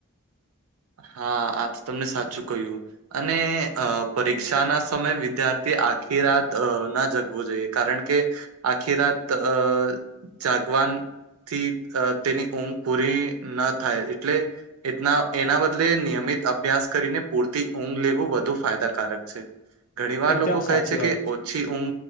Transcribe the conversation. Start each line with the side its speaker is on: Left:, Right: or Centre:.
Right: હા, આ તો તમને સાચું કહ્યું. અને અ પરીક્ષા ના સમયે વિદ્યાર્થી આખી રાત ના જગવું જોઈએ કારણ કે આખીરાત અ જાગવાન. થીથ તેની ઊંઘ પૂરી ન થાય એટલે એટના. એના બદલે નિયમિત અભ્યાસ કરીને પૂરતી ઊંગ લેવું વધુ ફાયદાકારક છે. ઘણી વાર
Left: એકદમ
Right: લોકો કહે
Left: સાચી
Right: છે કે
Left: વાત
Right: ઓછી ઊંગ